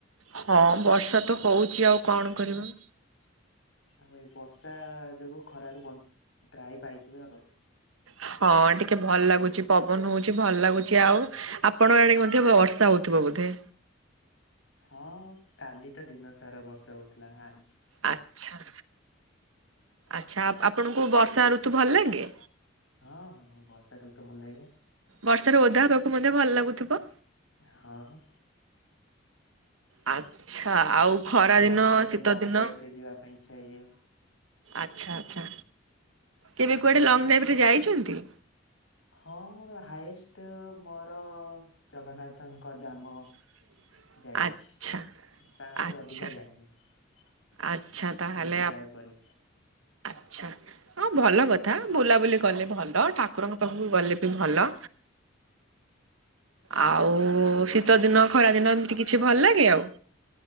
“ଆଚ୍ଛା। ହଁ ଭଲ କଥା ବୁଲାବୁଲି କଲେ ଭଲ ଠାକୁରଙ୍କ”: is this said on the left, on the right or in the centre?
Right